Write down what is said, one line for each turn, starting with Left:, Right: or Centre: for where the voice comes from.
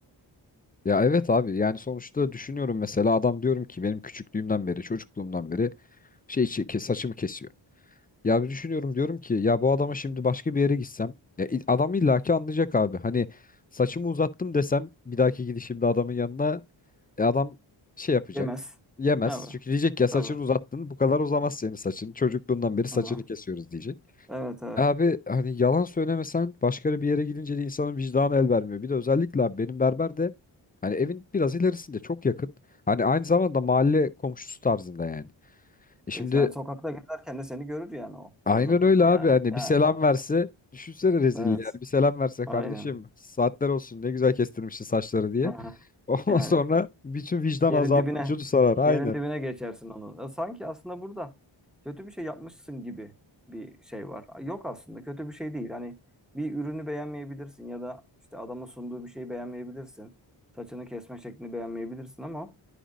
Left: Ya evet abi yani sonuçta düşünüyorum mesela adam diyorum ki benim küçüklüğümden beri çocukluğumdan beri şey şey- ke- saçımı kesiyor. Ya bir düşünüyorum diyorum ki ya bu adama şimdi başka bir yere gitsem ya il- adam illaki anlayacak abi. Hani saçımı uzattım desem bir dahaki gidişimde adamın yanına e, adam şey yapacak.
Centre: Yemez.
Left: Yemez.
Centre: Evet.
Left: Çünkü diyecek ya saçını
Centre: Tabii.
Left: uzattın bu kadar uzamaz senin saçın. Çocukluğundan beri saçını
Centre: Aha.
Left: kesiyoruz diyecek.
Centre: Evet evet.
Left: Abi hani yalan söylemesen başka bir yere gidince de insanın vicdanı el vermiyor. Bir de özellikle abi benim berber de hani evin biraz ilerisinde çok yakın. Hani aynı zamanda mahalle komşusu tarzında yani. E şimdi
Centre: E, sen sokakta gezerken de seni görür yani o.
Left: Aynen
Centre: Orada burada
Left: öyle abi
Centre: yani.
Left: hani
Centre: Yani.
Left: bir selam verse düşünsene rezilliği
Centre: Evet.
Left: yani bir selam verse
Centre: Aynen.
Left: kardeşim saatler olsun ne güzel kestirmişsin saçları diye.
Centre: Aha.
Left: <laughs> Ondan
Centre: Yani.
Left: sonra bütün vicdan
Centre: Yerin
Left: azabı
Centre: dibine,
Left: vücudu sarar aynen.
Centre: yerin dibine geçersin onu. Ya Sanki aslında burada kötü bir şey yapmışsın gibi bir şey var. Yok aslında kötü bir şey değil. Hani bir ürünü beğenmeyebilirsin ya da işte adamın sunduğu bir şeyi beğenmeyebilirsin. Saçını kesme şeklini beğenmeyebilirsin ama